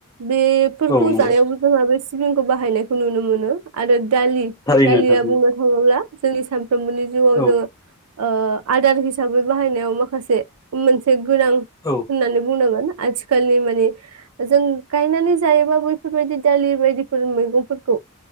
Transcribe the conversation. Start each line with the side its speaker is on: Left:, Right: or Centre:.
Right: बेफोरखौ
Left: औ नंगौ
Right: जानायावबो जोंहा बे सिबिंखौ बाहायनायखौ नुनो मोनो आरो दालि
Left: थारैनो
Right: दालिया
Left: थारैनो
Right: बुंनो थांङोब्ला जोंनि सान फ्रोमबोनि जिउआव जोंङो
Left: औ
Right: ओ आदार हिसाबै बाहायनायाव माखासे मोनसे गोनां होननानै
Left: औ
Right: बुंनांगोन आथिखालनि माने जों गायनानै जायोबा बैफोरबायदि दालि बाय दिफोर मैगंफोरखौ